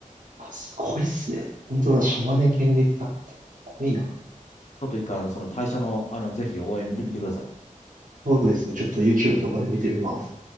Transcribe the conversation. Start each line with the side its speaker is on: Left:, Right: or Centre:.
Right: あ、すごいっすね。本当だ、
Left: はい
Right: 島根県立だって。すごいな。
Left: ちょっと一回、あの、その退社の、あの、ぜひ応援見てみてください。
Right: そうですね。ちょっと YouTube とかで見てみます。